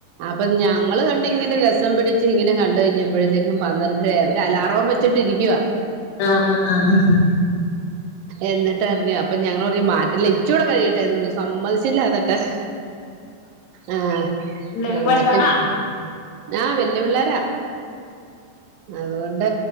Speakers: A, on the right; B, on the left.
A: അപ്പൊ ഞങ്ങള് കണ്ട ഇങ്ങനെ രസ സം പിടിച്ച് ഇങ്ങനെ കണ്ട് കഴിഞ്ഞപ്പോഴത്തേക്കും പന്ത്രണ്ടര ആയി അലാറം വെച്ചിട്ടിരിക്കുവാ
B: ആഹ് ആഹ് ആഹ് ആഹ് ആഹ്
A: എന്നിട്ട് അറിഞ്ഞോ അപ്പൊ ഞ ഞങ്ങള് പറഞ്ഞു മാറ്റല്ലേ ഇച്ചൂടെ കഴിയട്ടെ സമ്മതിച്ചില്ലാന്ന്ട്ട് ആഹ്
B: പിള്ളേരൊക്കെ
A: എന്നിട്ട്
B: വലുതാണാ
A: പ്പ് ആ വല്ല്യ പിള്ളോരാ അതുകൊണ്ട്